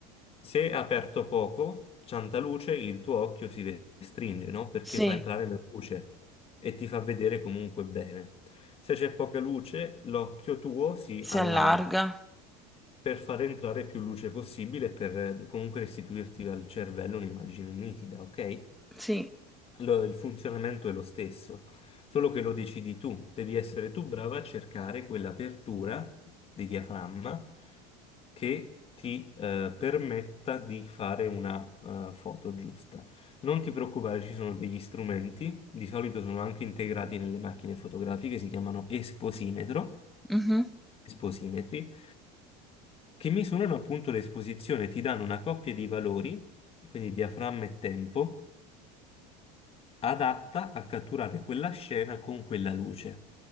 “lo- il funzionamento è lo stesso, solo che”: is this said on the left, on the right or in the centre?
Left